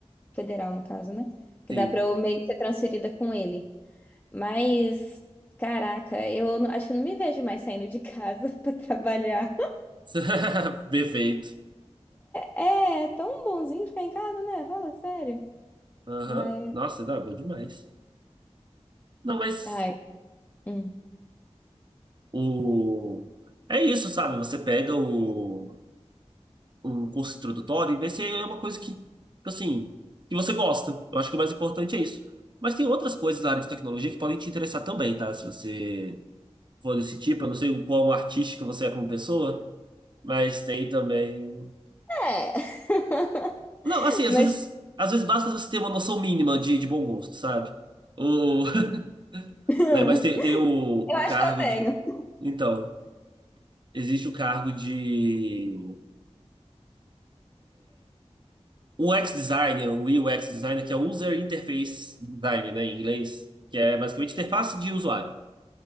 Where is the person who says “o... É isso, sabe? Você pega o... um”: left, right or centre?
Right